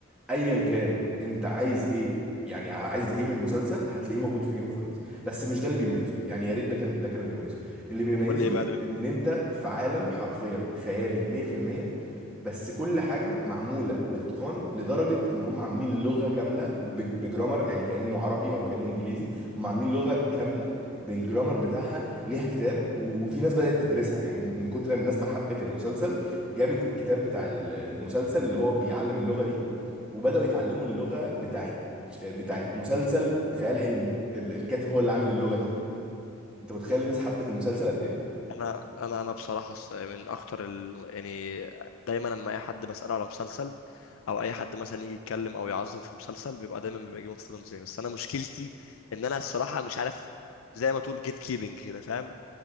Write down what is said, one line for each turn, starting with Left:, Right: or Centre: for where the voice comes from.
Centre: ايا كان انت عايز ايه يعني عايز ايه من مسلسل هتلاقيه موجود في جيم اوف ثرونز بس مش ده اللي بيميزه يعني يا ريت ده كان ده كان اللي بيميزه اللي بيميزه
Left: امال ايه بقى اللي
Centre: ان انت في عالم حرفيا خيالي 100% بس كل حاجه معموله باتقان لدرجه ان هم عاملين لغه كامله ب- بجرامر يعني كانه عربي او كانه انجليزي هم عاملين لغه كامله بالجرامر بتاعها ليها كتاب و- وفي ناس بدات تدرسها يعني من كتر الناس ما حبت المسلسل جابت كتاب بتاع ال- المسلسل اللي هو بيعلم اللغه دي وبداوا يتعلموا اللغه بتاعت بتاعت مسلسل خيال علمي ال- الكاتب هو اللي عامل اللغه دي انت متخيل
Left: مم.
Centre: الناس حبت المسلسل قد ايه؟
Left: انا انا انا بصراحه الص- من اكتر ال... يعني دايما لما اي حد بساله على مسلسل او اي حد مثلا يجي يتكلم او يعظم في مسلسل بيبقى دايما بيبقى جيم اوف ثرونز بس انا مشكلتي ان انا الصراحه مش عارف زي ما تقول جيت كيبنج كده فاهم